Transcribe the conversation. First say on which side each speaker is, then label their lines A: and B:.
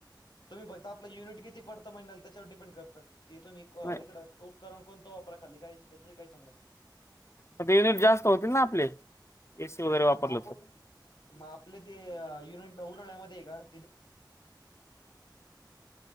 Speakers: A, on the left (about 65°); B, on the left (about 35°).
A: तुम्ही बघता आपलं युनिट किती पडतं महिन्याल ते तुम्ही क
B: नाही
A: इकड उपकरण कोणता वापरा खाली काही त्याच्या
B: म ते युनिट जास्त होतील ना आपले एसी वगैरे वापरलं
A: ह मग आपुण
B: तर
A: मग आपले ते युनिट <unintelligible> उन्हाळ्यामध्ये हाय